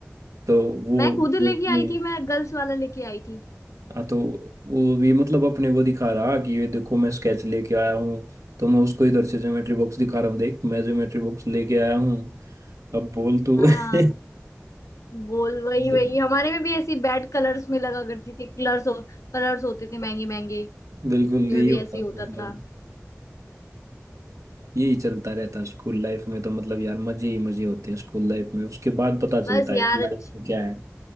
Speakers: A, on the right; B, on the left.
A: तो वो
B: मैं खुद लेके
A: वो अपने
B: आई थी मैं गर्ल्स वाला लेके आई थी
A: हाँ तो वो भी मतलब अपने वो दिखा रहा कि ये देखो मैं स्केच लेके आया हूँ तो मैं उसको इधर से ज्योमेट्री बॉक्स दिखा रहा हूँ देख मैं ज्योमेट्री बॉक्स लेके आया हूँ अब बोल तू
B: हाँ
A: <laughs>
B: बोल वही
A: मतलब
B: वही हमारे में भी ऐसी बैड कलर्स में लगा करती थी कलर्स हो, कलर्स होते थे महंगे महंगे
A: बिल्कुल
B: उनमें
A: यही
B: भी
A: होता
B: ऐसे ही
A: था,
B: होता
A: मतलब
B: था
A: यही चलता रहता स्कूल लाइफ में तो मतलब यार मजे ही मजे होते हैं स्कूल लाइफ में उसके बाद पता चलता
B: बस
A: है
B: यार
A: लाइफ
B: अच्छी
A: में क्या है